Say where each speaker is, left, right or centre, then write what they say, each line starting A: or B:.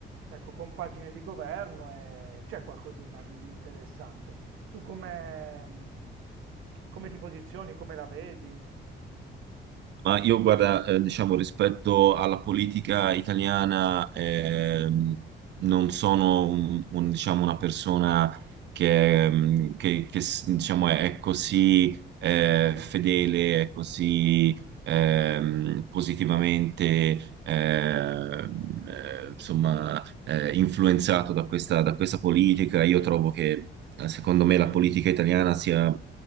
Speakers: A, on the right; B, on the right.
A: ecco, compagine di governo e c'è qualcosina di di interessante. Tu come, come ti posizioni, come la vedi?
B: Ma io guarda, eh, diciamo, rispetto alla politica italiana, ehm, non sono un- un, diciamo, una persona che, ehm, che- che s- diciamo, è, è così eh, fedele, è così ehm, positivamente, ehm, eh, insomma, eh, influenzato da questa, da questa politica. Io trovo che, eh, secondo me, la politica italiana sia